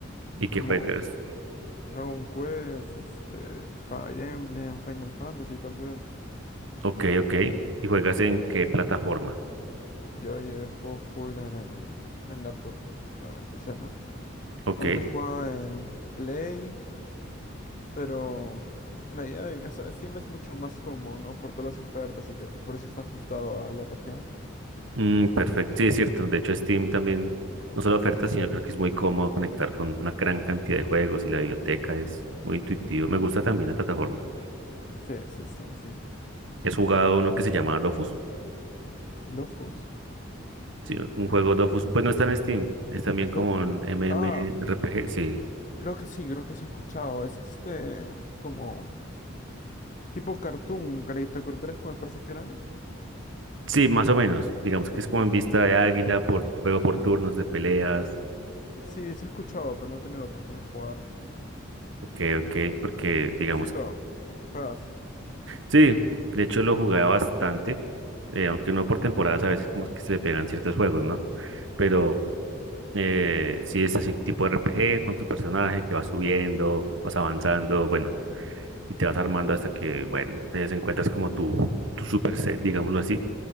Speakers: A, on the right; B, on the left.
A: y qué
B: Como
A: juegas.
B: Dragon Quest, este, Fire Emblem, Final Fantasy tal vez.
A: Ok, ok, y juegas en qué plataforma.
B: Yo ahí eh, juego full en, en laptop. Bueno, empecé, ¿no?
A: Ok,
B: Antes jugaba en Play, pero la idea de, o sea, Steam es mucho más cómodo, ¿no? Por todas las ofertas y que el precio está ajustado a la región.
A: mm, perfecto. Sí, es cierto. De hecho, Steam también no solo oferta, sino creo que es muy cómodo conectar con una gran cantidad de juegos y la biblioteca es muy intuitivo. Me gusta también la plataforma.
B: Sí, sí, Steam, sí.
A: ¿Has jugado uno que se llama Dofus?
B: Lofus,
A: Sí, un juego Dofus, pues no está en Steam, es también
B: LoFuS.
A: como un MMORPG,
B: Ah,
A: sí.
B: creo que sí, creo que sí he escuchado. Es este, como, tipo cartoon, caricaturas como me parece que eran.
A: Sí, más o menos. Digamos que
B: Dofus.
A: es como en vista de águila, por juego por turnos de peleas.
B: Sí, sí he escuchado, pero no he tenido la oportunidad de jugar.
A: Ok, ok, porque digamos
B: ¿Tú sí lo juegas?
A: Sí, de hecho lo jugaba bastante, eh, aunque no por temporadas, a veces como que se pegan ciertos juegos, ¿no? Pero eh, sí es así tipo RPG con tu personaje que vas subiendo, vas avanzando, bueno, y te vas armando hasta que, bueno, te encuentras como tu, tu super set, digámoslo así,